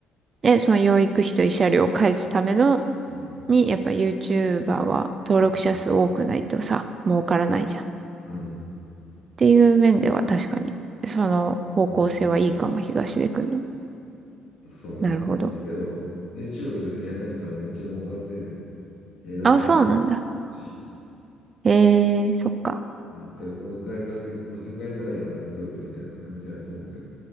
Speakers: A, on the right; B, on the left.
A: え、その養育費と慰謝料を返すための
B: うん。
A: に、やっぱ YouTuber は登録者数多くないとさ、
B: うん。
A: 儲からないじゃん。っ
B: うん
A: ていう面では確かに、その方向性はいいかも、
B: うん
A: 東出くんの。
B: そうね。
A: なるほど。
B: だけど、YouTube やんなくてもめっちゃ儲かってんだよ。映画とかも
A: あ、そうなんだ。
B: あるし。
A: へえー、そっか。
B: うん。多分小遣い稼ぎ、小遣いぐらいにはなっとるみたいな感じだと思うけど。